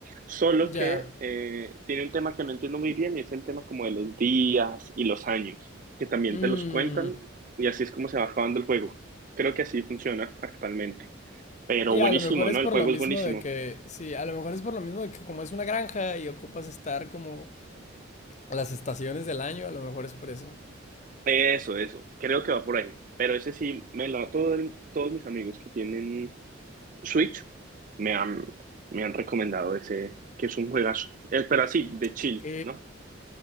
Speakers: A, on the right; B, on the left.
A: Solo
B: ya.
A: que eh, tiene un tema que no entiendo muy bien y es el tema como de los días y los años, que también
B: Mmm.
A: te los cuentan y así es como se va acabando el juego. Creo que así funciona actualmente. Pero
B: Y
A: buenísimo,
B: a lo mejor es
A: ¿no?
B: por
A: El juego
B: lo mismo
A: es buenísimo.
B: de que, sí, a lo mejor es por lo mismo de que como es una granja y ocupas estar como a las estaciones del año, a lo mejor es por eso.
A: Eso, eso. Creo que va por ahí. Pero ese sí me lo a todos mis amigos que tienen Switch, me han, me han recomendado ese, que es un juegazo. Eh, pero así, de chill,
B: Ok.
A: ¿no?